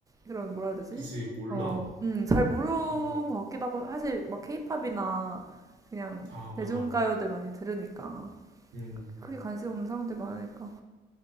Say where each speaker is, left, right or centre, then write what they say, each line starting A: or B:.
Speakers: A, on the right (about 15°); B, on the right (about 70°).
A: 이런, 뭐라 해야 되지?
B: 그치, 몰라.
A: 어, 음, 잘 모르는
B: 음.
A: 것 같기도 하고, 사실 막 케이팝이나 그냥
B: 아, 맞아.
A: 대중가요들 많이 들으니까.
B: 음.
A: 크게 관심 없는 사람들 많으니까.